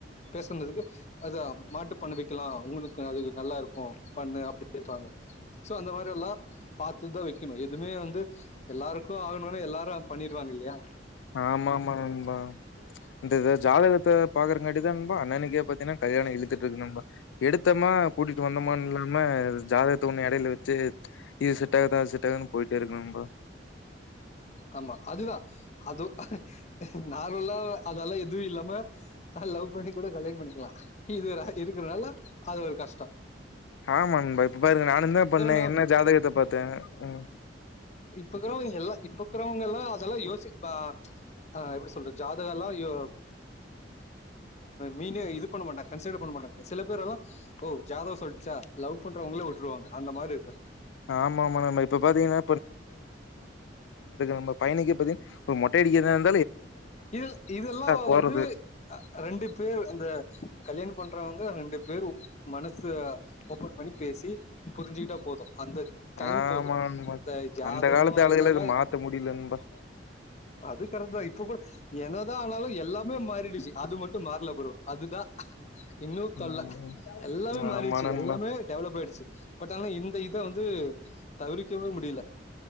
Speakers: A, on the left; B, on the left.
A: பேசினதுக்கு அத மாட்டுப் பண்ண வெக்கலா உங்களுக்கு அது நல்லா இருக்கு பண்ணு அப்படின்றாங்க சோ அந்த மாரி எல்லா பாத்துதா வெக்கணு எதுவுமே வந்து எல்லாருக்கு ஆகுணும்னா எல்லாரு பண்ணிருவாங்க இல்லயா
B: ஆமா ஆமா நண்பா இந்த ஜாதகத்த பாக்குறங்காட்டிதா நண்பா அண்ணனுக்கே பாத்தீனா கல்யாணோ இழுத்துட்டு இருக்கு நண்பா எடுத்தமா கூட்டிட்டு வந்தமானு இல்லாம ஜாதகத்தை ஒன்னு எடைல வெச்சு இது செட் ஆகுதா அது செட் ஆகுதான்னு போயிட்டே இருக்கு நண்பா
A: ஆமா அதுதா அதோ நார்மலா அதெல்லா எதுவு இல்லாம அ லவ் பண்ணி கூட கல்யாணம் பண்ணிக்கலா இது ராய் இருக்கிறதுனால அது ஒரு கஷ் டோ
B: ஆமா நண்பா இப்ப பாருங்க நானு தா பண்ணே
A: நா
B: என்ன ஜாதகத்த பாத்தே உம்
A: இப்பருக்கிறவங்க எல்லா இப்பருக்குறவங்க எல்லா இதெல்லா யோசிப்பா ஆ எப்டி சொல்றது ஜாதக எல்லா எப் மீனு இது பண்ண மாட்டா கன்சிடர் பண்ண மாட்டாங்க சில பேர் எல்லா ஓ ஜாதக சொல்லிச்சா லவ் பண்றவங்களே விட்டுருவாங்க அந்த மாரி இருக்கு
B: ஆமா ஆமா நண்பா இப்ப பாத்தீங்கன்னா நம்ம பையனுக்கு இப்பதிக் ஒரு மொட்ட அடிக்கிறான்
A: இது இதெல்லா
B: போறது
A: வந்து அ ரெண்டு பேர் அந்த கல்யாண பண்றவங்க ரெண்டு பேரு மனசு ஓப்பன் பண்ணி பேசி புரிஞ்சுக்கிட்டா போது அந்த டைம்
B: ஆமா
A: போது
B: நண்பா
A: இந்த ஜாதகோ
B: அந்த காலத்து ஆளுகள
A: இதெல்லா
B: இத மாத்த முடியல நண்பா
A: அது இப்போ இப்ப கூட என்னதா ஆனாலு எல்லாமே மாறிடுச்சி அது மட்டு மார்ல ப்ரோ அதுதா இன்னு தொல்ல
B: ம்
A: எல்லாமே மாறிடுச்சு
B: ஆமா நண்பா
A: எல்லாமே டெவலப் ஆயிடுச்சு பட் <unintelligible> இந்த இத வந்து தவிர்க்கவே முடியல